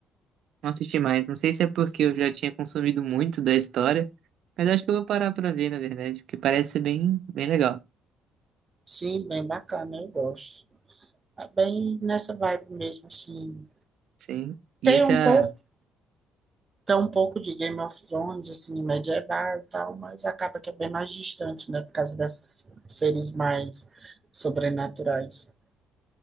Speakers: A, on the right (about 65°); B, on the right (about 25°).
A: não assisti mais. Não sei se é porque eu já tinha consumido muito da história, mas acho que eu vou parar pra ver, na verdade, porque parece ser bem, bem legal.
B: Sim, bem bacana, eu gosto. É bem nessa vibe mesmo, assim.
A: Sim.
B: Tem
A: E esse
B: um
A: é.
B: pouco Tem um pouco de Game of Thrones, assim, medieval e tal, mas acaba que é bem mais distante, né? Por causa desses seres mais sobrenaturais.